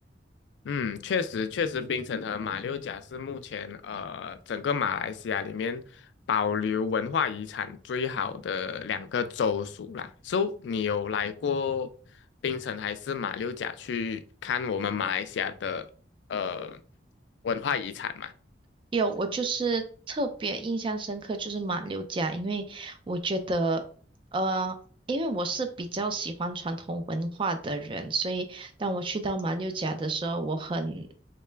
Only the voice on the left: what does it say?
嗯，确实确实，槟城和马六甲是目前呃整个马来西亚里面保留文化遗产最好的两个州属啦。So，你有来过槟城还是马六甲去看我们马来西亚的呃文化遗产吗？